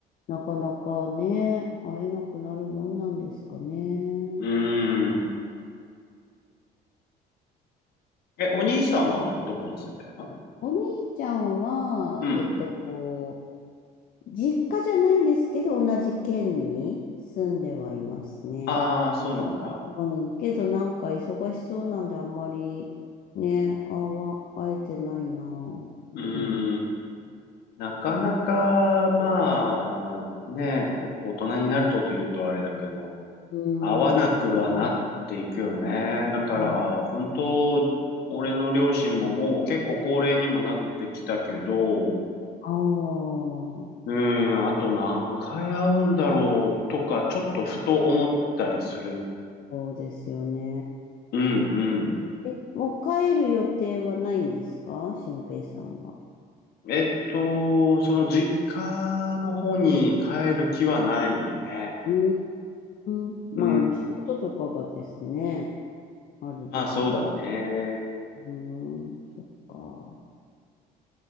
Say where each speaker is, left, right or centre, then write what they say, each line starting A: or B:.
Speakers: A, on the left; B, on the left.
A: なかなかね、会えなくなるもんなんですかね。
B: うん。うーん。え、お兄さんはどこに住んでるの
A: お兄ちゃんは、
B: うん。
A: えっと、こう実家じゃないんですけど、同じ県に住んではいますね。
B: ああ、そうなんだ。
A: うん、けどなんか忙しそうなんであんまりね、あわ、会えてないな。
B: うーん。
A: うん。
B: なかなか、まあ、ね、お大人になるとというとあれだけど、
A: うー
B: 合わなくはなっていくよね。だから、
A: ん
B: 本当、俺の両親ももう結構高齢にもなってきたけど、う
A: ああ、そ
B: ーん、あと何回会うんだろうとか、ちょっとふと思ったりする。
A: うですよね。
B: うん、うん。
A: え、もう帰る予定はないんですか俊平さんは。
B: えっと、その実家の方に帰る気はないね。
A: うーん。
B: うん。
A: まあ、お仕事とかがですね、あるでしょう。
B: まあそうだね。
A: うーん、そっか。